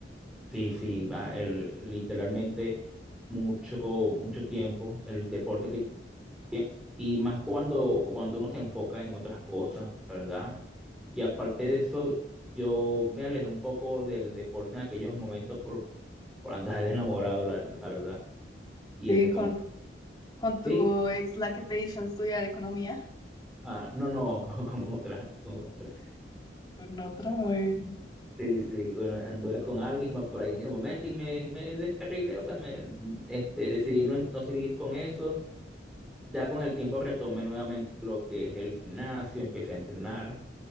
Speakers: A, in the centre; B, on the left.
A: Sí, sí, va, el, literalmente mucho, mucho tiempo el deporte que, y más cuando, cuando uno se enfoca en otras cosas, la ¿verdad? Y aparte de eso, yo me alejé un poco del deporte en aquellos momentos por, por andar <laughs> de enamorado, la, la verdad. Y
B: Sí,
A: entonces,
B: con, con tu
A: sí,
B: ex, la que te hizo estudiar economía,
A: ah, no, no, <laughs> con, con otra, con otra.
B: con otra, bueno.
A: Sí, sí, bueno, anduve con alguien más por ahí en ese momento y me, me descarrilé, o sea, me, este, decidí no no seguir con eso. Ya con el tiempo retomé nuevamente lo que es el gimnasio, empecé a entrenar,